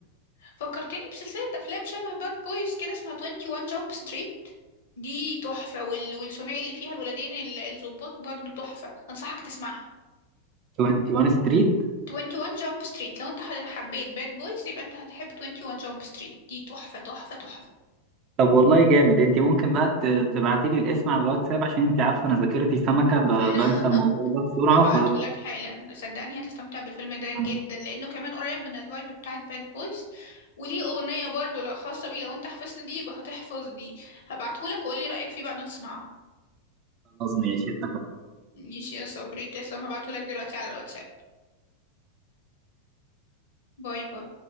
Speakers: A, on the left; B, on the right.
A: فكرتني بسلسلة افلام شبه باد بويز كده اسمها 21 جامب ستريت دي تحفة وال... والثنائي اللي فيها الولدين ال- الضباط برضو تحفة انصحك تسمعها
B: 21 ستريت
A: 21 جامب ستريت لو انت ح- حبيت باد بويز يبقى انت هتحب 21 جامب ستريت دي تحفة تحفة تحفة
B: <laughs> طب والله جامد انت ممكن بقى تبعتي لي الاسم على الواتساب عشان انت عارفة انا ذاكرتي سمكة ب-
A: <laughs>
B: بنسى الموضوع ده بسرعة
A: هبعته لك حالا صدقني هتستمتع بالفيلم ده جدا
B: فخلاص
A: لانه كمان قريب من الفايب بتاعت باد بويز وليه اغنيه برضو لو خاصه بيه لو انت حفظت دي يبقى هتحفظ دي هبعته لك وقول لي رايك فيه بعد ما تسمعه
B: ماشي اتفقنا
A: ماشي يا صبري تسلم هبعته لك دلوقتي على الواتساب باي باي